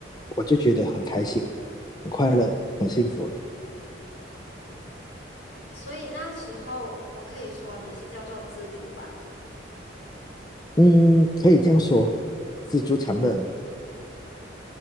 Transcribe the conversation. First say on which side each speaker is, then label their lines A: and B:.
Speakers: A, on the left; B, on the left.
A: 我就觉得很开心、很快乐、很幸福了。
B: 所以那时候我可以说你是叫做知足吧。
A: 嗯，可以这样说，知足常乐嘛，